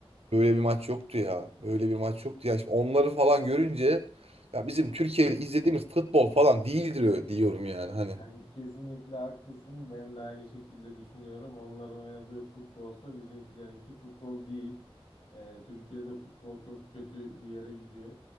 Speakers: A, on the right (about 85°); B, on the left (about 75°).
A: Böyle bir maç yoktu ya. Böyle bir maç yoktu ya. Şimdi onları falan görünce ya bizim Türkiye'de izlediğimiz futbol falan değildir diyorum yani hani.
B: Yani kesinlikle haklısın. Ben de aynı şekilde düşünüyorum. Onların oynadığı futbolsa bizimkilerinki futbol değil. Ee, Türkiye'de futbol çok kötü bir yere gidiyor.